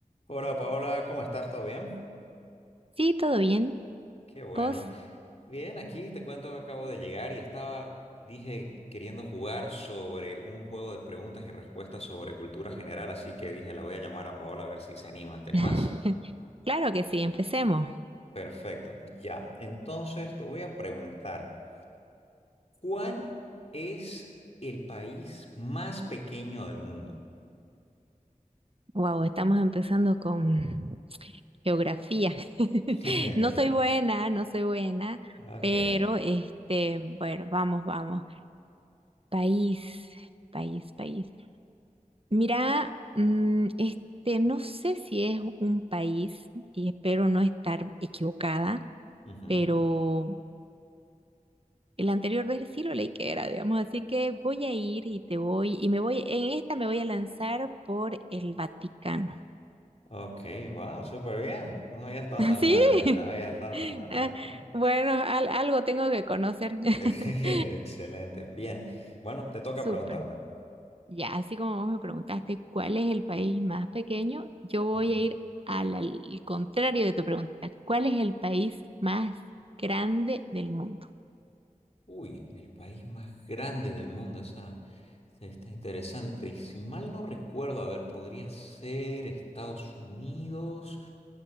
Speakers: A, on the left; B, on the right.
A: Hola Paola, ¿cómo estás? ¿Todo bien?
B: Sí, todo bien.
A: Qué bueno.
B: ¿Vos?
A: Bien, aquí te cuento que acabo de llegar y estaba, dije, queriendo jugar sobre un juego de preguntas y respuestas sobre cultura general, así que dije, la voy a llamar a Paola a ver si se anima. ¿Te animas?
B: <laughs> Claro que sí, empecemos.
A: Perfecto, ya. Entonces te voy a preguntar, ¿cuál es el país más pequeño del mundo?
B: Wow, estamos empezando con geografía. <laughs>
A: <laughs>
B: No soy buena, no soy buena,
A: Ok.
B: pero este, bueno, vamos, vamos. País, país, país. Mira, mm, este, no sé si es un país y espero no estar equivocada,
A: ujú.
B: pero El anterior vez sí lo leí que era, digamos, así que voy a ir y te voy, y me voy, en esta me voy a lanzar por el Vaticano.
A: Ok, wow, súper bien. No había estado
B: <laughs>
A: tan
B: ¿Sí?
A: mal, eh, no había
B: <laughs>
A: estado tan mal,
B: Ah,
A: ok.
B: Bueno, al- algo tengo que conocer.
A: <laughs> Excelente.
B: <laughs>
A: Bien. Bueno, te toca
B: Súper.
A: preguntarme.
B: Ya, así como vos me preguntaste cuál es el país más pequeño, yo voy
A: Ujú.
B: a ir al, al contrario de tu pregunta. ¿Cuál es el país más grande del mundo?
A: Uy, el país más grande del mundo. Esa esa está interesante. Y si mal no recuerdo, a ver, podría ser Estados Unidos.